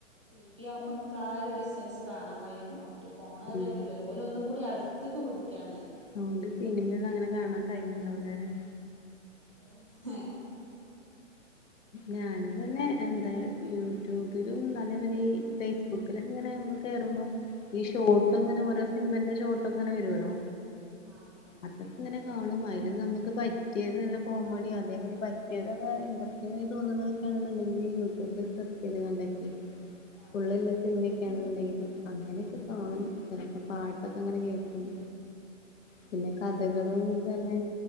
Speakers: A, on the right; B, on the left.
A: ടിവി ആമ്പോമ്മക്ക് ആ ഒര് ഡിസ്റ്റൻസ് കാണാൻ കഴിയും <unintelligible> ഫോണാ
B: ഉം
A: വെക്കൂലല്ലോ ഓലൊന്നും കൂടി വ്ടെ അടുത്ത്ക്ക് പുടിക്കയാണ് നീ
B: ആ ഒണ്ട് സിനിമേഒന്നും അങ്ങനെ കാണാൻ ടൈം ഉണ്ടാവൂലല്ലേ
A: ഏ എ ഏ
B: ഞാനും തന്നെ എന്താ യൂട്യൂബിലും നല്ല മനേ ഫേസ്ബുക്കിലും എങ്ങനെ നമ്മൾ കേറുമ്പോ ഈ ഷോട്ട്ങ്ങനെ
A: ആഹ്
B: ഓരോ സിനിമന്റെ ഷോട്ട് പ്പങ്ങനെ വരുവല്ലോ
A: ആ അതാനെ
B: അതൊക്കെ ഇങ്ങനെ കാണും അതില് നമുക്ക് പറ്റിയത് നല്ല കോമഡിയാ അതേ പറ്റിയതക്കെ എന്ത പിന്നെ തോന്നുന്നത്കാണെന്നുണ്ടെങ്കി യൂട്യൂബിൽ സെർച്ച് ചെയ്ത് കണ്ടക്കെ
A: ആഹ്
B: ഫുള്ളല്ല
A: ആഹ്
B: സിനിൻമക്കെയാണുണ്ടെങ്കിൽ അങ്ങനെക്കെ കാണും ചെലപ്പോം പാട്ടൊക്കെ അങ്ങനെ കേക്കും പിന്നെ കഥകളും
A: ആഹ് ആഹ് ആഹ്
B: തന്നെ